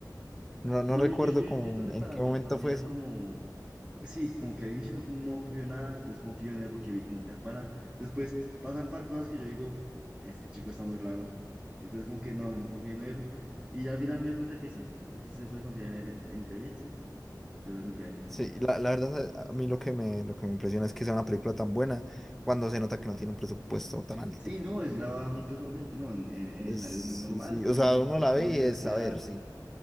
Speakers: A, in the centre; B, on the right (about 15°).
A: no, no
B: No,
A: recuerdo
B: yo, yo, yo,
A: como
B: yo siento que para
A: en qué
B: mí,
A: momento
B: para mí
A: fue
B: era
A: eso.
B: como, sí, como que al inicio no confío en nada, después confío en él porque vi como que era pana. Después pasan par cosas que yo digo, este chico está muy raro. Entonces como que no, no confío en él. Y ya al final me di cuenta que sí, que sí se puede confiar en él, en, en teoría, sí, se puede confiar en él.
A: Sí, la, la verdad a a mí lo que me, lo que me impresiona es que sea una película tan buena cuando se nota que no tiene un presupuesto tan alto.
B: Sí, no, es grabada muy casualmente, ¿no? En, en, en
A: Es,
B: escenarios muy normales,
A: sí, sí, o
B: pues
A: sea,
B: muy,
A: uno la
B: una
A: ve y
B: universidad,
A: es, a ver, sí.